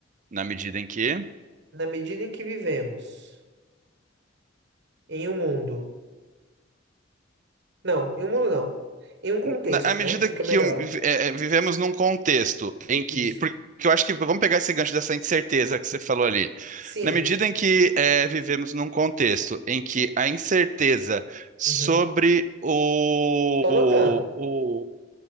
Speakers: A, on the right; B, on the right.
A: Na medida em que.
B: na medida em que vivemos em um mundo, não, em um mundo não, em um contexto,
A: na- à medida
B: né? Fica
A: que
B: melhor.
A: eu- é, é, vivemos num contexto em que,
B: Isso.
A: porque eu acho que vamos pegar esse gancho dessa incerteza que você falou ali.
B: Sim.
A: Na medida em que é, vivemos num contexto em que a incerteza sobre
B: Uhum.
A: o,
B: Tô anotando.
A: o,